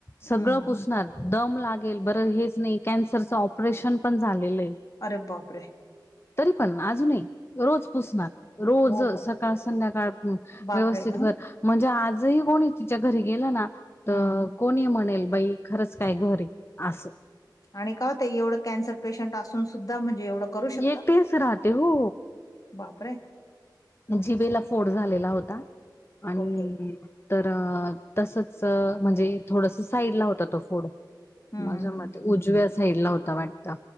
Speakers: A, on the left (about 30°); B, on the left (about 50°).
A: सगळं
B: हम्म
A: पुसणार. दम लागेल, बरं हेच नाही कॅन्सरचं ऑपरेशन पण झालेलं आहे.
B: अरे बापरे.
A: तरी पण अजूनही रोज पुसणार. रोज
B: हो का
A: सकाळ संध्याकाळ व्यवस्थित
B: बापरे हा
A: घर. म्हणजे आजही कोणी तिच्या घरी गेलं ना तर.
B: हम्म
A: कोणी म्हणेल बाई खरंच काय घरी असं.
B: आणि का हो ते एवढं कॅन्सर पेशंट असून सुद्धा म्हणजे एवढं. करू शकता
A: एक पेस राहते हो.
B: बापरे!
A: जिवेला फोड झालेला होता आणि.
B: ओके
A: तर तसच म्हणजे थोडस साईड ला होता तो फोड.
B: हं, हं,
A: माझा मते
B: हं,
A: उजव्या साइड ला होता वाटत.